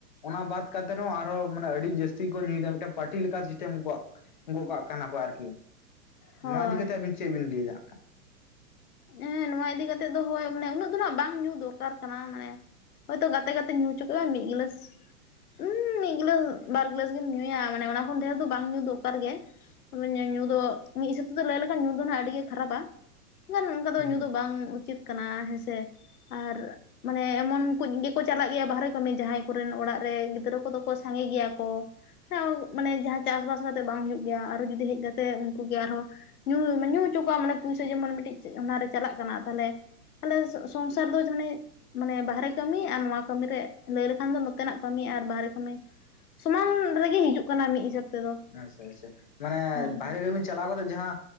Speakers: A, on the left; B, on the left.
A: ᱚᱱᱟ ᱵᱟᱛ ᱠᱟᱛᱮ ᱨᱮᱦᱚᱸ ᱟᱨᱦᱚᱸ ᱢᱟᱱᱮ ᱟᱹᱰᱤ ᱡᱟᱹᱥᱛᱤ ᱠᱚ ᱧᱩᱭ ᱫᱟ ᱢᱤᱫ ᱴᱟᱱ ᱯᱟᱴᱤ ᱞᱮᱠᱟ ᱥᱤᱥᱴᱮᱢ ᱜᱚᱜ ᱜᱚᱜ ᱠᱟᱜ ᱠᱟᱱᱟ ᱠᱚ ᱟᱨᱠᱤ,
B: ᱦᱳᱭ
A: ᱱᱚᱣᱟ ᱤᱫᱤ ᱠᱟᱛᱮ ᱟᱵᱤᱱ ᱪᱮᱜ ᱵᱤᱱ ᱞᱮ ᱫᱟ?
B: ᱮᱸ ᱱᱚᱣᱟ ᱤᱫᱤ ᱠᱟᱛᱮᱜ ᱫᱚ ᱦᱳᱭ ᱢᱟᱱᱮ ᱩᱱᱟᱹᱜ ᱫᱚ ᱱᱟᱜ ᱵᱟᱝ ᱧᱩ ᱫᱚᱨᱠᱟᱨ ᱠᱟᱱᱟ, ᱢᱟᱱᱮ ᱦᱳᱭ ᱛᱚ ᱜᱟᱛᱮ ᱜᱟᱛᱮ ᱧᱩ ᱦᱚᱪᱚ <unintelligible> ᱢᱤᱫ ᱜᱮᱞᱟᱥ᱾ ᱩᱸ ᱢᱤᱫ ᱜᱮᱞᱟᱥ ᱵᱟᱨ ᱜᱮᱞᱟᱥ ᱜᱮᱢ ᱧᱩᱭᱟ, ᱢᱟᱱᱮ ᱚᱱᱟ ᱠᱷᱚᱱ ᱰᱷᱮᱨ ᱫᱚ ᱵᱟᱝ ᱧᱩ ᱫᱚᱨᱠᱟᱨ ᱜᱮ᱾ <unintelligible> ᱧᱩ ᱫᱚ ᱢᱤᱫ ᱥᱤᱥᱟᱹᱯᱛᱮ ᱫᱚ ᱞᱟᱹᱭ ᱞᱮᱠᱷᱟᱱ ᱧᱩ ᱫᱚ ᱱᱟᱜ ᱟᱹᱰᱤ ᱜᱮ ᱠᱷᱟᱨᱟᱯ-ᱟ᱾ ᱮᱠᱷᱟᱱ ᱚᱝᱠᱟ ᱫᱚ
A: ᱦᱩᱸ
B: ᱧᱩ ᱫᱚ
A: ᱦᱩᱸ
B: ᱵᱟᱝ ᱩᱪᱤᱛ ᱠᱟᱱᱟ ᱦᱮᱸᱥᱮ ᱟᱨ ᱢᱟᱱᱮ ᱮᱢᱚᱱ ᱠᱚᱡ ᱜᱮᱠᱚ ᱪᱟᱞᱟᱜ ᱜᱮᱭᱟ ᱵᱟᱦᱨᱮ ᱠᱟᱹᱢᱤ ᱡᱟᱦᱟᱸᱭ ᱠᱚᱨᱮᱱ ᱚᱲᱟᱜ ᱨᱮ ᱜᱤᱫᱽᱨᱟᱹ ᱠᱚᱫᱚ ᱠᱚ ᱥᱟᱸᱜᱮ ᱜᱮᱭᱟ ᱠᱚ᱾ ᱦᱮᱸ ᱢᱟᱱᱮ ᱡᱟᱦᱟᱸ ᱪᱟᱥ ᱵᱟᱥ ᱠᱟᱛᱮᱜ ᱵᱟᱝ ᱦᱩᱭᱩᱜ ᱜᱮᱭᱟ ᱟᱨᱦᱚᱸ ᱡᱩᱫᱤ ᱦᱮᱡ ᱠᱟᱛᱮᱜ ᱩᱝᱠᱩ ᱜᱮ ᱟᱨᱦᱚᱸ ᱧᱩ ᱢᱟ ᱧᱩ ᱦᱚᱪᱚ ᱠᱚᱣᱟᱢ ᱢᱟᱱᱮ ᱯᱩᱭᱥᱟ ᱡᱮᱢᱚᱱ ᱢᱤᱫ ᱴᱤᱡ ᱚᱱᱟᱨᱮ ᱪᱟᱞᱟᱜ ᱠᱟᱱᱟ ᱛᱟᱦᱟᱞᱮ ᱛᱟᱦᱟᱞᱮ ᱥᱚᱝᱥᱟᱨ ᱫᱚ <unintelligible> ᱢᱟᱱᱮ ᱵᱟᱦᱨᱮ ᱠᱟᱹᱢᱤ ᱟᱨ ᱱᱚᱣᱟ ᱠᱟᱹᱢᱤ ᱨᱮ ᱞᱟᱹᱭ ᱞᱮᱠᱷᱟᱱ ᱫᱚ ᱱᱚᱛᱮᱱᱟᱜ ᱠᱟᱹᱢᱤ ᱟᱨ ᱵᱟᱦᱨᱮ ᱠᱟᱹᱢᱤ ᱥᱚᱢᱟᱱ ᱨᱮᱜᱮ ᱦᱤᱡᱩᱜ ᱠᱟᱱᱟ ᱢᱤᱫ ᱦᱤᱥᱟᱹᱵ ᱛᱮᱫᱚ᱾
A: ᱟᱪᱪᱷᱟ ᱟᱪᱪᱷᱟ ᱢᱟᱱᱮ
B: ᱦᱳᱭ
A: ᱵᱟᱦᱨᱮ ᱠᱟᱹᱢᱤ ᱪᱟᱞᱟᱣ ᱠᱟᱛᱮᱜ ᱡᱟᱦᱟᱸ